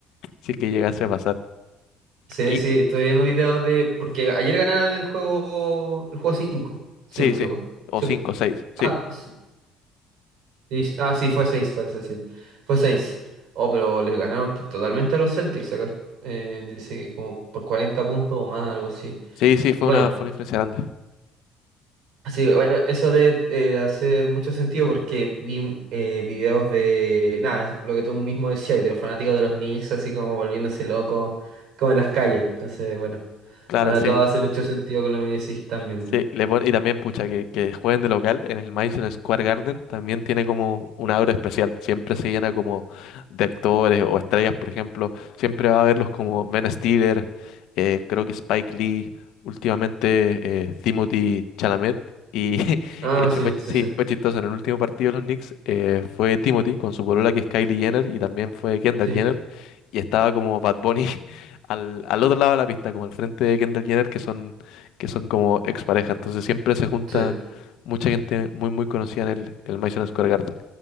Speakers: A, on the left (about 75°); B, on the right (about 75°).
A: si es que llegase a pasar.
B: Sí,
A: Ey,
B: sí, estoy viendo videos de... Porque ayer ganaron el juego, el juego 5, si
A: Sí,
B: no me equivoco,
A: sí, o
B: ¿cierto?
A: cinco, seis, sí,
B: Ah, sí, sí, ah, sí, fue 6 parece decir. Fue 6, Oh, pero les ganaron totalmente a los Celtics acá. Eh, dice que como por 40 puntos o más, algo así.
A: sí, sí, fue
B: Bueno,
A: una, fue una diferencia grande,
B: Sí, bueno, eso de eh, hacer mucho sentido porque vi eh, videos de, nada, es lo que tú mismo decías, de los fanáticos de los Knicks, así como volviéndose locos, como en las calles. Entonces, bueno,
A: claro,
B: ahora
A: sí.
B: todo hace mucho sentido con lo que me decís también.
A: Sí, le pon- y también, pucha, que, que jueguen de local en el Madison Square Garden también tiene como una aura especial. Siempre se llena como de actores o estrellas, por ejemplo. Siempre va a verlos como Ben Stiller, eh, creo que Spike Lee, últimamente eh, Timothée Chalamet. Y <laughs> que
B: Ah,
A: de hecho
B: sí,
A: fue,
B: sí,
A: sí,
B: sí,
A: fue chistoso. En el último partido de los Knicks eh, fue Timothy con su polola que es Kylie Jenner y también fue Kendall
B: sí,
A: Jenner. Y estaba como Bad Bunny <laughs> al, al otro lado de la pista, como al frente de Kendall Jenner, que son que son como expareja. Entonces siempre se junta
B: sí.
A: mucha gente muy, muy conocida en el, el Madison Square Garden.